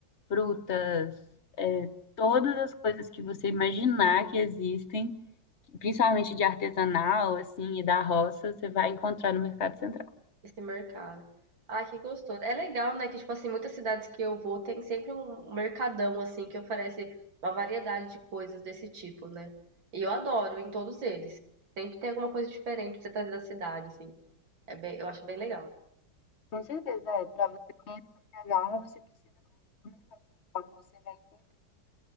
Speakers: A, on the left; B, on the right.
A: frutas, todas as coisas que você imaginar que existem, principalmente de artesanal, assim, e da roça, você vai encontrar no Mercado Central.
B: Esse mercado. Ai, que gostoso. É legal, né? Que, tipo assim, muitas cidades que eu vou tem sempre um mercadão, assim, que oferece uma variedade de coisas desse tipo, né? E eu adoro em todos eles. Sempre tem alguma coisa diferente pra você trazer da cidade, assim. É bem, eu acho bem legal.
A: Com certeza, é. Para você conhecer Cagá, você precisa conhecer o mercado local, que você vai entender.